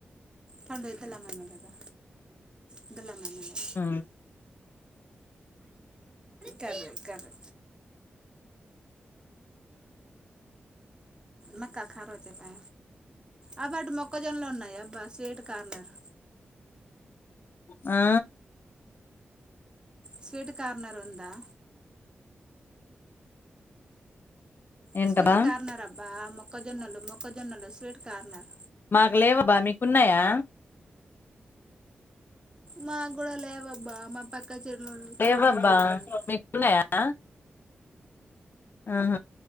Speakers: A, on the right; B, on the left.
A: పండు ఇద్దలమ్మ ఎమ్మెల్యేదా ఇద్దలమ్మ ఎమ్మెల్యేదా
B: ఆ
A: కర్రీ కర్రీ మక్కఖారచ్చ ఆ బటు మొక్క జోన్ లోన్నా బాస్ వేట్ కార్నర్
B: ఆ
A: స్వీట్ కార్నర్ ఉందా
B: ఏంటబ్బా
A: స్వీట్ కార్నర్ అబ్బా మొక్కజొన్నలు మొక్కజొన్నలు స్వీట్ కార్నర్
B: మాకు లేవబ్బా మీకున్నాయా
A: మాకు గూడా లేవబ్బా మా పక్క చేను
B: లేవబ్బా
A: చేనుళ్ళకు ఉన్నాయి
B: మీకు ఉన్నాయా ఆహ